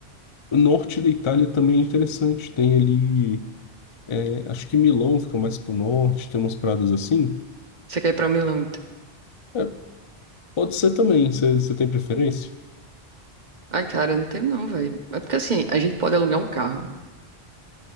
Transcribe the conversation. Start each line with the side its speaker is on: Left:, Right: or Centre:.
Left: O norte da Itália também é interessante. Tem ali, é, acho que Milão fica mais pro norte, tem umas pradas assim.
Right: Você quer ir pra Milão, então?
Left: É, pode ser também, você tem preferência?
Right: Ai, cara, não tem não, velho. É porque assim, a gente pode alugar um carro